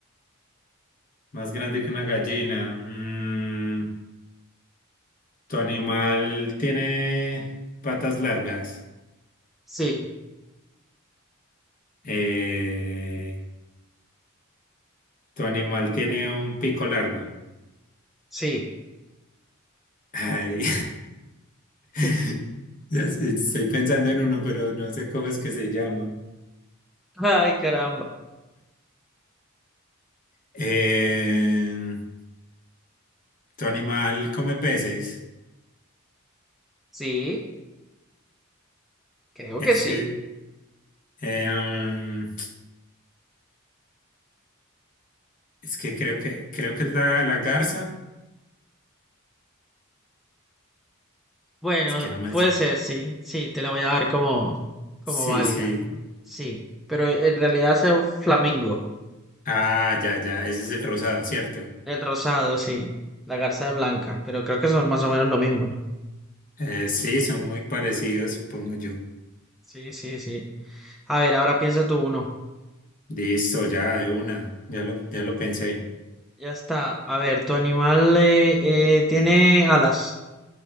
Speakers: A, on the left (about 40°); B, in the centre.
A: Más grande que una gallina. Mm, Tu animal tiene patas largas.
B: Sí.
A: Eh, tu animal tiene un pico largo.
B: Sí.
A: Ay,
B: <laughs>
A: <laughs> ya sé, estoy pensando en uno, pero no sé cómo es que se llama.
B: Ay, caramba.
A: Eh, tu animal come peces.
B: Sí, creo
A: Es
B: que sí.
A: que, eh, um, es que creo que creo que es la, la garza.
B: Bueno,
A: Es que no me
B: puede
A: sé.
B: ser, sí, sí, te la voy a dar como, como
A: Sí,
B: válida.
A: sí.
B: Sí, pero en realidad es el flamingo,
A: Ah, ya, ya. Ese es el rosado, ¿cierto?
B: el rosado, sí, la garza es blanca, pero creo que son más o menos lo mismo, ¿no?
A: Eh, sí, son muy parecidos, supongo yo.
B: Sí, sí, sí. A ver, ahora piensa tú uno.
A: Listo, ya de una, ya lo, ya lo pensé.
B: Ya está. A ver, tu animal eh, eh, tiene alas,